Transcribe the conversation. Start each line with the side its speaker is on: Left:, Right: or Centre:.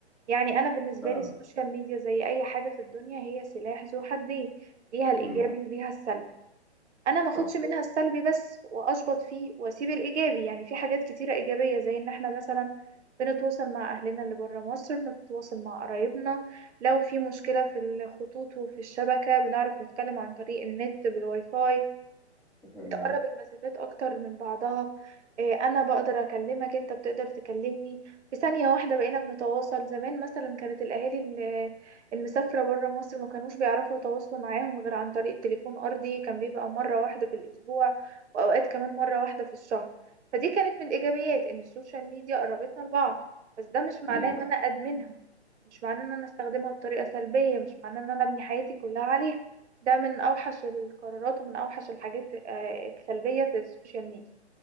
Right: يعني انا بالنسبة
Centre: فعلا
Right: لي السوشيال ميديا زي اي حاجة في الدنيا هي سلاح ذو حدين ليها الإيجابي
Centre: امم
Right: وليها السلبي انا ما اخدش
Centre: صح
Right: منها السلبي بس واشبط فيه واسيب الايجابي يعني في حاجات كتيره ايجابيه زي ان احنا مثلا بنتواصل مع اهلنا اللي بره مصر بنتواصل مع قرايبنا لو في مشكله في الخطوط وفي الشبكه بنعرف نتكلم عن طريق النت بالواي فاي
Centre: اتفق معاك
Right: بتقرب المسافات اكتر من بعضها إيه، انا بقدر اكلمك انت بتقدر تكلمني في ثانية واحدة بقينا بنتواصل زمان مثلا كانت الاهالي ال- المسافرة برا مصر ما كانوش بيعرفوا يتواصلوا معاهم غير عن طريق تليفون ارضي كان بيبقى مرة واحدة في الاسبوع واوقات كمان مرة واحدة في الشهر فدي كانت من الايجابيات ان السوشيال ميديا قربتنا لبعض بس ده مش معناه
Centre: امم
Right: ان انا ادمنها مش معناه ان انا استخدمها بطريقة سلبية مش معناه ان انا ابني حياتي كلها عليها ده من اوحش القرارات ومن اوحش الحاجات آه، السلبيه في السوشيال ميديا